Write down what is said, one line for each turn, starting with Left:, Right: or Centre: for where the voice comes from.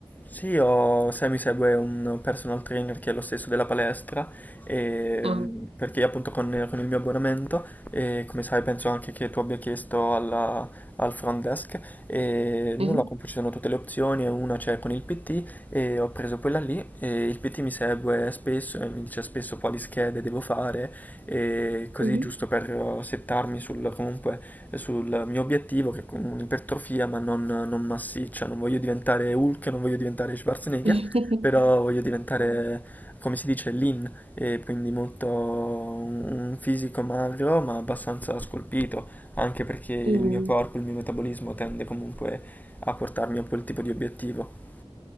Left: Sì, io, sai, mi segue un personal trainer che è lo stesso della palestra, e,
Right: Ah,
Left: mm, perché appunto con, con il mio abbonamento, e come sai penso anche che tu abbia chiesto alla- al front desk, e nulla,
Right: mhm.
Left: comunque ci sono tutte le opzioni, e una c'è con il PT e ho preso quella lì e il PT mi segue spesso e mi dice spesso quali schede devo fare, e così
Right: Mhm.
Left: giusto per settarmi sul comunque sul mio obiettivo che è con un'ipertrofia ma non, non massiccia, non voglio diventare Hulk, non voglio diventare Schwarzenegger,
Right: <laughs>
Left: però voglio diventare, come si dice, lean, e quindi molto un fisico magro ma abbastanza scolpito, anche perché il
Right: Mm,
Left: mio corpo, il mio metabolismo tende comunque a portarmi a quel tipo di obiettivo.